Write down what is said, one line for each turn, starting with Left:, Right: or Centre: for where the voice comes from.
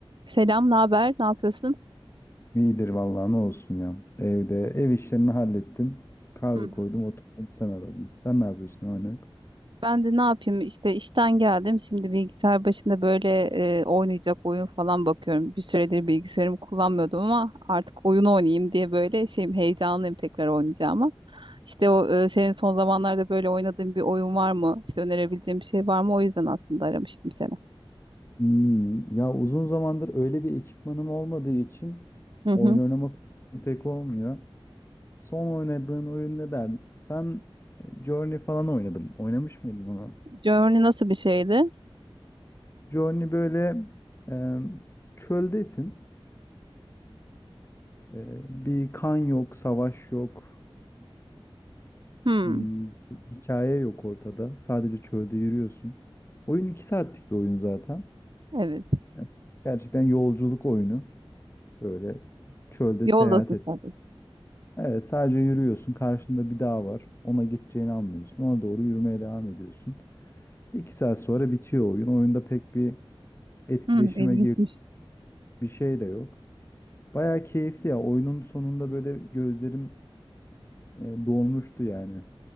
Right: Selam, ne haber? Ne yapıyorsun?
Left: İyidir vallahi ne olsun ya. Evde ev işlerini hallettim. Kahve
Right: Hı hı.
Left: koydum oturdum sen aradın. Sen ne yapıyorsun ne var ne yok?
Right: Ben de ne yapayım? İşte işten geldim. Şimdi bilgisayar başında böyle e, oynayacak oyun falan bakıyorum. Bir süredir bilgisayarımı kullanmıyordum ama artık oyun oynayayım diye böyle şeyim heyecanlıyım tekrar oynayacağıma. İşte o e, senin son zamanlarda böyle oynadığın bir oyun var mı? İşte önerebileceğim bir şey var mı? O yüzden aslında aramıştım seni.
Left: Hmm, ya uzun zamandır öyle bir ekipmanım olmadığı için
Right: Hı
Left: oyun
Right: hı.
Left: oynama fırsatım pek olmuyor. Son oynadığın oyun ne derdin? Sen e, Journey falan oynadım. Oynamış mıydın ona?
Right: Journey nasıl bir şeydi?
Left: Journey böyle e, çöldesin. E, bir kan yok, savaş yok.
Right: Hmm,
Left: Hmm, hikaye yok ortada. Sadece çölde yürüyorsun. Oyun 2 saatlik bir oyun zaten.
Right: evet.
Left: Yani Gerçekten yolculuk oyunu. Böyle çölde
Right: Yoldasın
Left: seyahat et.
Right: sadece.
Left: Evet, sadece yürüyorsun. Karşında bir dağ var. Ona gideceğini anlıyorsun. Ona doğru yürümeye devam ediyorsun. 2 saat sonra bitiyor oyun. Oyunda pek bir etkileşime
Right: Hmm, ilginçmiş.
Left: gir bir şey de yok. Bayağı keyifli ya. Oyunun sonunda böyle gözlerim e, dolmuştu yani.